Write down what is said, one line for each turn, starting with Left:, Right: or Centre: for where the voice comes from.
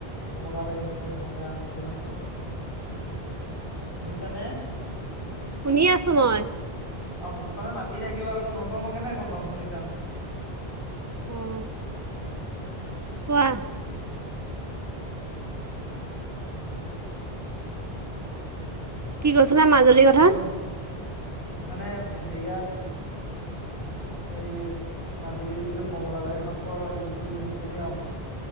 Left: কমলাবাৰী সত্ৰ তেনেকে আন এটি সত্ৰ। শুনিছা নে?
Right: শুনি আছো মই।
Left: অ' মুখনে মাতি থাকিব আকৌ, নহ'ব মই কেনে গম পাম শুনিছা নাই।
Right: উম। কোৱা? কি কৈছিলা? মাজুলীৰ কথা।
Left: হেল্ল' মানে সেয়াত এই মাজুলীৰ যিটো কমলাবাৰী সত্ৰৰ যিটো নীতি নিয়ম।